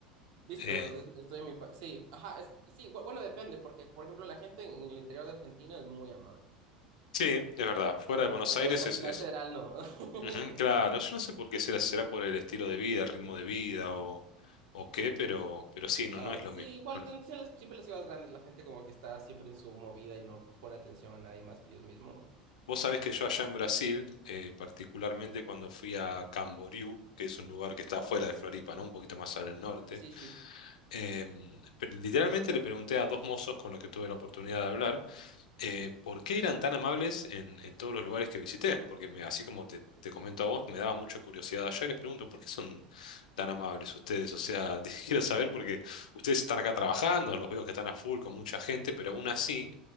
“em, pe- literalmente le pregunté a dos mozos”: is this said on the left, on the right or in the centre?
Left